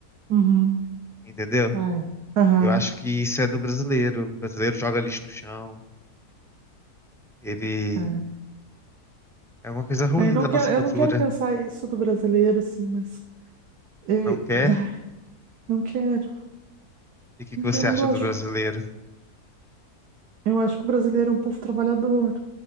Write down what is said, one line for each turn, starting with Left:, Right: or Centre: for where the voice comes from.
Right: Uhum.
Centre: entendeu?
Right: Ah, é. Aham.
Centre: Eu acho que isso é do brasileiro. O brasileiro joga lixo no chão, ele
Right: é.
Centre: é uma coisa ruim
Right: Eu não
Centre: da nossa
Right: quero, eu
Centre: cultura.
Right: não quero pensar isso do brasileiro, assim, mas. Eu,
Centre: Não quer?
Right: ai, não quero,
Centre: E o que
Right: não
Centre: que
Right: quero,
Centre: você
Right: não
Centre: acha
Right: gosto.
Centre: do brasileiro?
Right: Eu acho que o brasileiro é um povo trabalhador.